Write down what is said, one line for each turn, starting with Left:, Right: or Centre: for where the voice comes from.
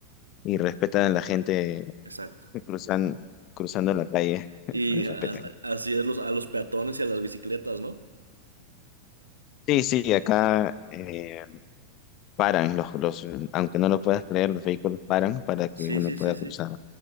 Left: y respetan a la gente
Right: Exacto.
Left: que cruzan, cruzando la calle, <laughs>
Right: Y
Left: los
Right: a-
Left: respetan.
Right: a- así es los, a los peatones y a las bicicletas, ¿no?
Left: Sí, sí, acá eh, paran los, los, aunque no lo puedas creer, los vehículos paran para que
Right: Sí,
Left: uno
Right: sí,
Left: pueda
Right: sí, sí.
Left: cruzar.